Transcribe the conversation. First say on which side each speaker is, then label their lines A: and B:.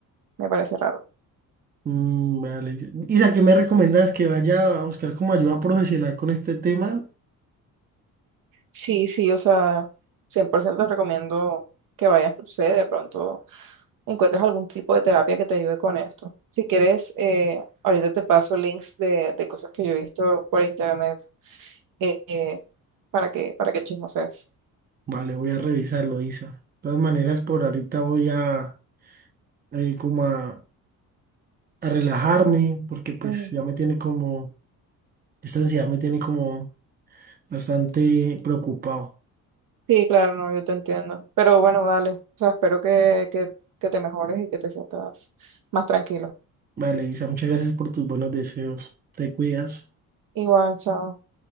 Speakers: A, on the right; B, on the right.
A: me parece raro.
B: Mm, vale. ¿Y a qué me recomiendas que vaya a buscar como ayuda profesional con este tema?
A: Sí, sí, o sea, 100% te recomiendo que vayas, no sé, de pronto encuentres algún tipo de terapia que te ayude con esto. Si quieres, eh, ahorita te paso links de, de cosas que yo he visto por internet eh, eh, para que, para que chismosees.
B: Vale, voy a revisarlo, Isa. De todas maneras, por ahorita voy a eh, como a, a relajarme porque pues
A: Ujú.
B: ya me tiene como, esta ansiedad me tiene como bastante preocupado.
A: Sí, claro, no, yo te entiendo. Pero bueno, dale. O sea, espero que, que, que te mejores y que te sientas más tranquilo.
B: Vale, Isa, muchas gracias por tus buenos deseos. Te cuidas.
A: Igual, chao.